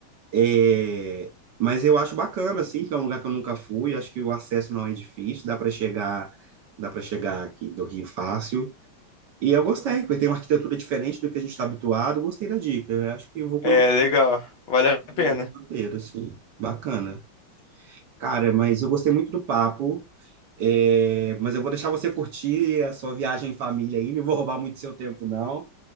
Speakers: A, on the right; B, on the left.
A: É, Mas eu acho bacana, assim, que é um lugar que eu nunca fui. Acho que o acesso não é difícil, dá para chegar, dá para chegar aqui do Rio fácil. E eu gostei, porque tem uma arquitetura diferente do que a gente está habituado. Gostei da dica. Eu acho que eu vou
B: É,
A: colocar
B: legal. Vale a
A: no
B: pena.
A: meu roteiro, assim. Bacana. Cara, mas eu gostei muito do papo. é, Mas eu vou deixar você curtir a sua viagem em família ainda. Não vou roubar muito seu tempo, não.